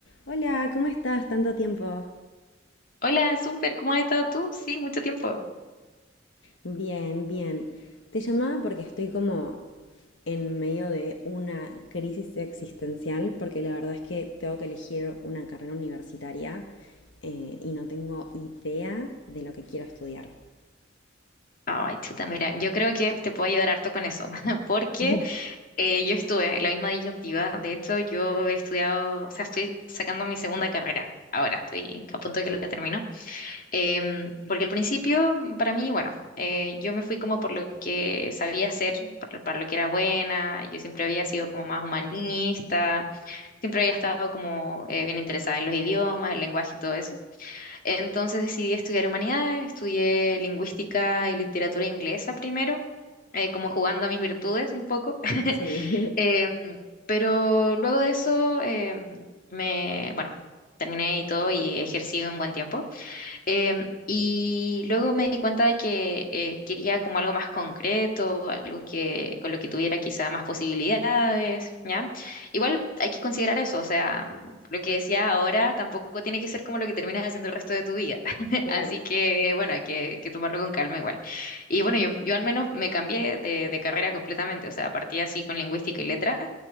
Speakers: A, on the left; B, on the left.
A: Hola, ¿cómo estás? Tanto tiempo.
B: Hola, súper, ¿cómo has estado tú? Sí, mucho tiempo.
A: Bien, bien. Te llamaba porque estoy como en medio de una crisis existencial, porque la verdad es que tengo que elegir una carrera universitaria eh, y no tengo idea de lo que quiero estudiar.
B: Ay, chuta, mira, yo creo que te puedo ayudar harto con eso, <laughs> porque
A: Ujú.
B: eh, yo estuve en la misma disyuntiva. De hecho, yo he estudiado, o sea, estoy sacando mi segunda carrera. Ahora estoy a punto de que la termino. Em, porque al principio, para mí, bueno, eh, yo me fui como por lo que sabía hacer, por- para lo que era buena. Yo siempre había sido como más humanista, siempre había estado como eh, bien interesada en los idiomas, el lenguaje y todo eso. Entonces decidí estudiar humanidades, estudié lingüística y literatura inglesa primero, eh, como jugando a mis virtudes un poco. <laughs>
A: Sí,
B: Em, pero luego de eso, em, me, bueno, terminé y todo y ejercí un buen tiempo. Em, y luego me di cuenta de que eh, quería como algo más concreto, algo que con lo que tuviera quizá más posibilidades, ¿ya? Igual hay que considerar eso, o sea, lo que decía ahora tampoco tiene que ser como lo que terminas haciendo el resto de tu vida. <laughs>
A: <laughs> claro.
B: Así que, bueno, hay que, que tomarlo con calma igual. Y bueno, yo, yo al menos me cambié de, de carrera completamente, o sea, partí así con lingüística y letras